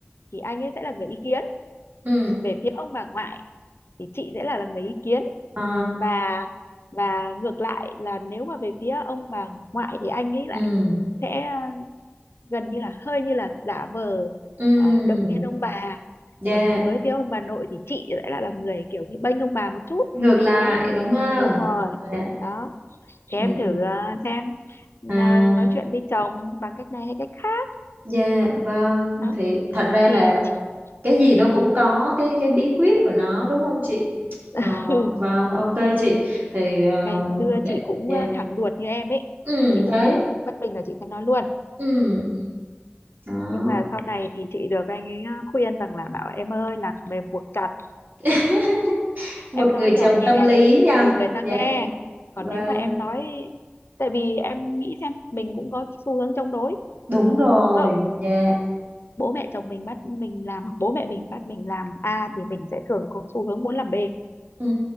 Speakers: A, on the left; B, on the right.
A: thì anh ấy sẽ là người ý kiến
B: ừ,
A: về phía ông bà ngoại thì chị sẽ là, là người ý kiến
B: ờ,
A: và và ngược lại là nếu mà về phía ông bà ngoại thì anh ấy
B: ừ,
A: lại sẽ gần như là hơi như là giả vờ
B: ừ,
A: ờ, động viên ông bà
B: dạ,
A: còn với phía ông bà nội thì chị sẽ là, là người kiểu như bênh ông bà một chút
B: ngược lại,
A: đó
B: đúng không?
A: đúng rồi
B: Dạ,
A: đó thì
B: ừ,
A: em thử ờ, xem ờ,
B: à,
A: nói chuyện với chồng bằng cách này hay cách khác
B: dạ, vâng,
A: đó
B: thì thật ra
A: thì
B: là là
A: chị,
B: cái gì nó
A: ừ.
B: cũng có cái cái bí quyết của nó đúng không chị
A: <laughs>
B: Ờ, vâng ok chị thì ờ,
A: ngày xưa
B: để,
A: chị cũng
B: dạ.
A: ờ, thẳng đuột như em ấy
B: ừ
A: chị cũng
B: đấy
A: bất bình là chị sẽ nói luôn
B: ừ đó
A: nhưng mà sau này thì chị được anh ấy ờ, khuyên rằng là bảo em ơi là mềm buộc chặt
B: <laughs> một
A: em nói
B: người chồng
A: nhỏ nhẹ
B: tâm lý nha
A: thì người
B: dạ
A: ta nghe còn
B: vâng
A: nếu mà em nói tại vì em nghĩ xem mình cũng có xu hướng chống đối
B: đúng rồi
A: đúng không
B: dạ
A: bố mẹ chồng mình bắt mình làm hoặc bố mẹ mình bắt mình làm A thì mình sẽ thường có xu hướng muốn làm B
B: ừ